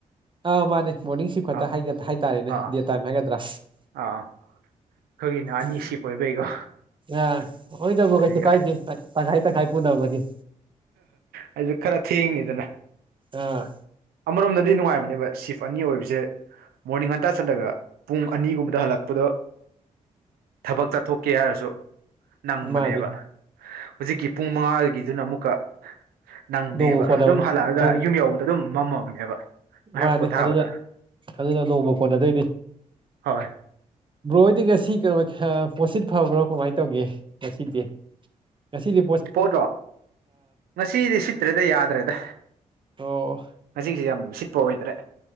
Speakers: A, on the right; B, on the right.
A: ꯑꯥ ꯃꯥꯅꯦ ꯃꯣꯔꯅꯤꯡ ꯁꯤ ꯈꯨꯠꯇ
B: ꯑꯥ
A: ꯍꯥꯏꯇꯥꯔꯦꯅꯦ
B: ꯑꯥ
A: ꯗꯦ ꯇꯥꯏꯝ ꯍꯥꯏꯒꯗ꯭ꯔꯥ
B: ꯑꯥ ꯑꯩꯈꯣꯏꯒꯤꯅ ꯑꯅꯤ
A: ꯎ
B: ꯁꯤꯞ ꯑꯣꯏꯕꯩꯀꯣ
A: ꯑ ꯑꯣꯏꯣꯏꯗꯕꯣ
B: ꯑꯗꯩ
A: ꯀꯩꯁꯨ ꯀꯥꯏꯗꯦꯥꯏꯥꯏ ꯄꯨꯗꯕꯗꯤ
B: ꯑꯩꯁꯨ ꯈꯔ ꯊꯦꯡꯉꯤꯗꯅ
A: ꯑꯥ
B: ꯑꯃꯔꯣꯝꯗꯗꯤ ꯅꯨꯡꯉꯥꯏꯕꯅꯤ ꯕ ꯁꯤꯐ ꯑꯅꯤ ꯑꯣꯏꯕꯁꯦ ꯃꯣꯔꯅꯤꯡ ꯉꯟꯇꯥ ꯆꯠꯂꯒ ꯄꯨꯡ ꯑꯅꯤꯒꯨꯝꯕꯗ ꯍꯜꯂꯛꯄꯗꯣ ꯊꯕꯛ ꯆꯠꯊꯣꯛꯀꯦ ꯍꯥꯏꯔꯁꯨ ꯅꯪꯕꯅꯦꯕ
A: ꯃꯥꯅꯤ
B: ꯍꯧꯖꯤꯛꯀꯤ ꯄꯨꯡ ꯃꯉꯥꯒꯤꯗꯨꯅ ꯑꯃꯨꯛꯀ ꯅꯪꯗꯦꯕ
A: ꯅꯣꯡꯃ ꯀꯣꯟꯅꯕ
B: ꯑꯗꯨꯝ ꯍꯜꯂꯛꯑꯒ
A: ꯅꯣꯡ
B: ꯌꯨꯝ ꯌꯧꯕꯗ ꯑꯗꯨꯝ ꯃꯝꯃꯕꯅꯦꯕ ꯉꯥꯏꯍꯥꯛ
A: ꯃꯥꯅꯦ
B: ꯄꯣꯊꯥꯕꯗ
A: ꯑꯗꯨꯅ ꯑꯗꯨꯅ ꯅꯣꯡꯃ ꯀꯣꯟꯅꯗꯣꯏꯅꯤ
B: ꯍꯣꯏ
A: ꯕ꯭ꯔꯣ ꯑꯣꯏꯗꯤ ꯉꯁꯤ ꯀꯩꯅꯣ ꯄꯣꯠꯁꯤꯠ ꯐꯕ꯭ꯔꯣ ꯀꯃꯥꯏꯅ ꯇꯧꯒꯦ ꯆꯁꯤꯗꯤꯦ ꯆꯁꯤꯗꯤ
B: ꯄꯣꯠꯂꯣ ꯉꯁꯤꯗꯤ ꯁꯤꯠꯇ꯭ꯔꯦꯗ ꯌꯥꯗ꯭ꯔꯦꯗ
A: ꯑꯣ
B: ꯉꯁꯤꯁ ꯌꯥꯝ ꯁꯤꯠꯄ ꯑꯣꯏꯗ꯭ꯔꯦ